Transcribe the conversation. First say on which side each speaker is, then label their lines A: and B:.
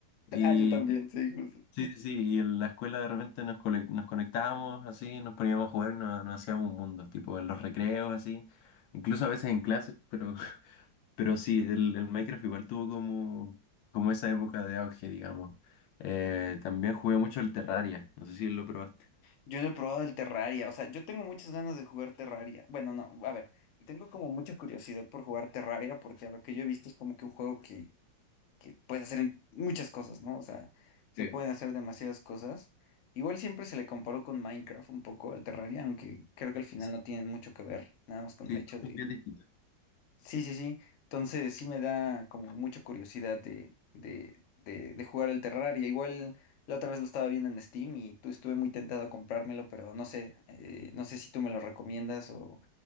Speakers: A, on the left; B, on the left.
A: Y
B: Ah, yo también, sí, justo.
A: sí, sí, sí, y en la escuela de repente nos, cole- nos conectábamos así, nos poníamos a jugar y nos, nos hacíamos un mundo, tipo en los recreos así, incluso a veces en clases, pero pero sí, el, el Minecraft igual tuvo como, como esa época de auge, digamos. Eh, también jugué mucho el Terraria, no sé si lo probaste.
B: Yo no he probado el Terraria, o sea, yo tengo muchas ganas de jugar Terraria. Bueno, no, a ver, tengo como mucha curiosidad por jugar Terraria porque a lo que yo he visto es como que un juego que, que puede hacer en- muchas cosas, ¿no? O sea, se
A: Sí,
B: pueden hacer demasiadas cosas. Igual siempre se le comparó con Minecraft un poco al Terraria, aunque creo que al final
A: sí,
B: no tienen mucho que ver, nada más con
A: Sí,
B: el hecho
A: bien distinto.
B: Sí, sí, sí. Entonces sí me da como mucha curiosidad de, de, de, de jugar el Terraria. Igual la otra vez lo estaba viendo en Steam y tú estuve muy tentado a comprármelo, pero no sé, eh, no sé si tú me lo recomiendas o,